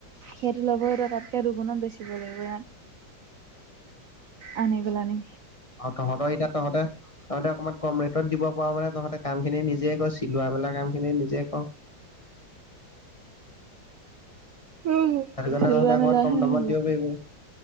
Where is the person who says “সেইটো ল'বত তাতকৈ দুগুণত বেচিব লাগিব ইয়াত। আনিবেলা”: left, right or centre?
Right